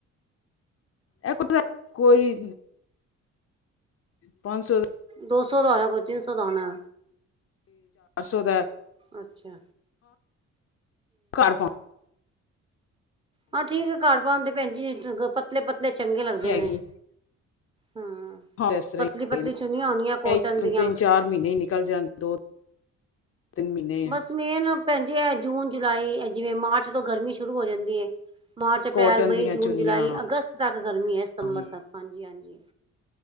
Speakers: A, on the left; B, on the right.
A: ਇਹਤਾ ਕੋਈ ਪੰਜ ਸੌ
B: ਦੋ ਸੌ ਦਾ ਆਉਣਾ ਕੋਈ ਤਿੰਨ ਸੌ ਦਾ ਆਉਣਾ
A: ਓਦਾਂ।
B: ਅੱਛਾ,
A: ਘਰ ਪਾ
B: ਹਾਂ, ਠੀਕ ਆ ਘਰ ਪਾਣ ਦੇ ਭੈਣ ਜੀ ਪਤਲੇ-ਪਤਲੇ ਚੰਗੇ ਲੱਗਦੇ
A: ਹੈਗੀ
B: ਨੇ। ਹਾਂ।
A: <unintelligible>
B: ਪਤਲੀ ਪਤਲੀ ਚੁੰਨੀਆਂ ਹੁੰਦੀਆਂ ਕੋਟਨ ਦੀਆਂ।
A: ਤਿੰਨ ਚਾਰ ਮਹੀਨੇ ਨਿਕਲ ਜਾਣ ਦੋ, ਤਿੰਨ ਮਹੀਨੇ
B: ਬਸ ਮੇਨ ਭੈਣ ਜੀ ਐ ਜੂਨ। ਜੁਲਾਈ ਜਿਵੇਂ ਮਾਰਚ ਤੋਂ ਗਰਮੀ ਸ਼ੁਰੂ ਹੋ ਜਾਂਦੀ ਐ। ਮਾਰਚ, ਅਪ੍ਰੈਲ,
A: ਕੋਟਨ
B: ਮਈ,
A: ਦੀਆਂ
B: ਜੂਨ,
A: ਚੁੰਨੀਆਂ
B: ਜੁਲਾਈ, ਅਗਸਤ ਤੱਕ ਗਰਮੀ ਐ। ਸਤੰਬਰ
A: ਹਨ
B: ਤੱਕ ਹਾਂਜੀ-ਹਾਂਜੀ।